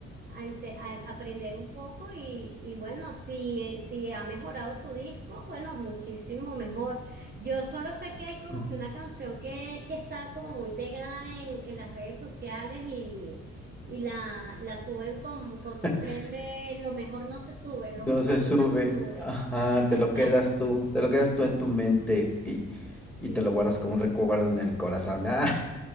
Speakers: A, on the right; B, in the centre.
A: a ense- a aprender un poco y, y bueno, si, eh, si ha mejorado su disco, bueno, muchísimo mejor. Yo solo sé que hay como
B: Mm.
A: que una canción que, que está como muy pegada en, en las redes sociales y y la, la suben con, con un
B: <laughs>
A: tren de lo mejor no se sube, lo
B: No
A: mejor
B: se sube,
A: nunca se sube.
B: ajá,
A: <laughs>
B: te
A: Exacto,
B: lo quedas tú, te lo quedas tú en tu mente y, y
A: sí.
B: te lo guardas como un recuerdo en el corazón. Ah,